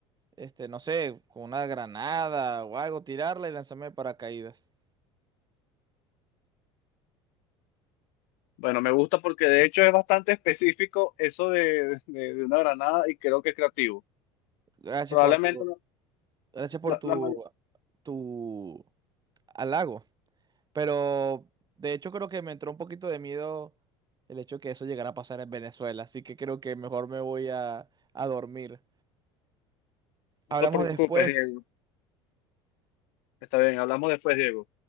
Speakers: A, on the right; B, on the left.
A: este, no sé, con una granada o algo, tirarla y lanzarme de paracaídas.
B: Bueno, me gusta porque de hecho es bastante específico eso de, de- de una granada y creo que es creativo.
A: Gracias
B: Probablemente
A: por tu,
B: no,
A: gracias por
B: la,
A: tu,
B: la may-
A: tu halago. Pero de hecho creo que me entró un poquito de miedo el hecho de que eso llegara a pasar en Venezuela, así que creo que mejor me voy a, a dormir.
B: no
A: Hablamos
B: te preocupes,
A: después.
B: Diego. Está bien, hablamos después, Diego.